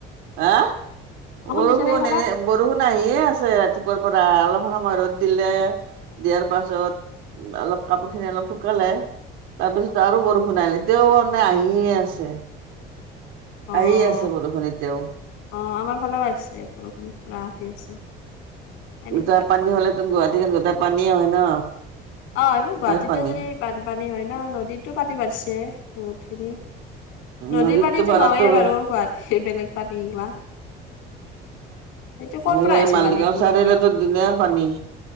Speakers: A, on the right; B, on the left.
A: হে বৰষুণ
B: দিছে নে এইফালে
A: নেৰে বৰষুণ আহিয়ে আছে ৰাতিপুৱাৰ পৰা অলপ সময় ৰ'দ দিলে দিয়াৰ পাছত অলপ কাপোৰ খিনি অলপ শুকালে। তাৰপিছত আৰু বৰষুণ আহিল এতিয়াও মানে আহিয়ে আছে।
B: অহ,
A: আহি আছে বৰষুণ এতিয়াও
B: অ আমাৰ ফালেও আহিছে বৰষুণ পুৰা দি আছে। এনেকুৱা।
A: এতিয়া পানী হ'লে তোন গুৱাহাটীখন গোটেই পানীয়ে হয় ন'।
B: অ ইমান
A: গোটাই
B: গুৱাহাটীতে
A: পানী
B: যদি বানপানী হয় ন' নদীতো পানী বাঢ়িছে বহুত খিনি। নদীৰ
A: নদীততো
B: পানীটো
A: পাৰতো
B: নহয়ে বাৰু গুৱাহাটীত বেলেগ পানী এইগিলা। এইটো ক'ৰ
A: এইফালে
B: পৰা আহিছে
A: মালিগাঁও
B: পানীটো
A: চাৰিআলিটোত
B: আপোনালোক
A: দোনিয়াৰ পানী।